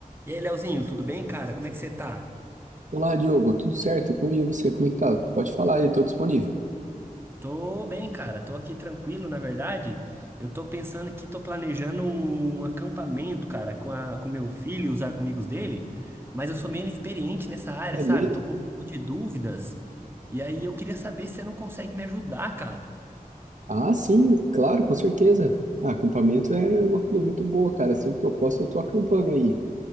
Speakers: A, on the right; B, on the right.
A: E aí, Leozinho, tudo bem, cara? Como é que você tá?
B: Olá, Diogo, tudo certo? Como e você? Como é que tá? Pode falar, aí, estou disponível.
A: Tô bem, cara. Tô aqui tranquilo, na verdade. Eu tô pensando aqui, tô planejando um acampamento, cara, com a, com meu filho e os amigos dele, mas eu sou meio inexperiente nessa área,
B: É
A: sabe?
B: mesmo?
A: Tô com um pouco de dúvidas. E aí eu queria saber se você não consegue me ajudar, cara.
B: Ah, sim, claro, com certeza. Ah, acampamento é uma coisa muito boa, cara. Sempre que eu posso, eu tô acampando aí.